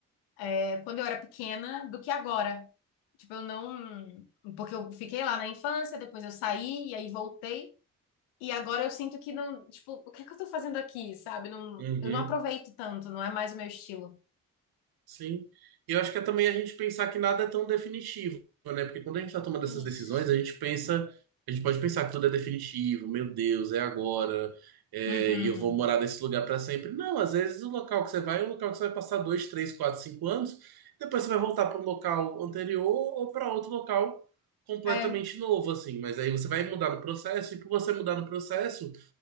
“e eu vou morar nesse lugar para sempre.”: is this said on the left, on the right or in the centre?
Right